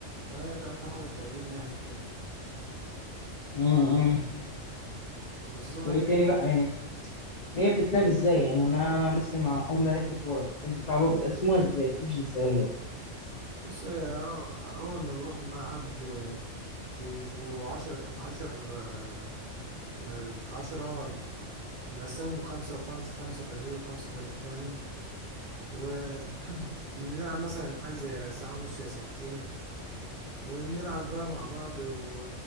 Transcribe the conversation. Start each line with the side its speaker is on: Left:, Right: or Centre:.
Right: فهي ده أكتر حاجة بتعجبني يعني فيها
Left: مم.
Right: بالظبط
Left: وايه
Right: هي
Left: تاني
Right: كده
Left: بقى يعني هي بتتلعب ازاي يعني انا انا مثلا مع- عمري ما لعبت كوره انتوا بتلعبوها بتقسموها ازاي بتمشي ازاي الوضع؟
Right: بص آه، أول ما بنروح الملعب بيبقوا عشرة عشر آه، آه، عشرة بنقسمهم خمسة وخمسة خمسة فريق وخمسة فريق تاني وبنلعب <clears throat> مثلا حاجة زي ساعة ونص يا ساعتين وبنلعب بقى مع بعض و...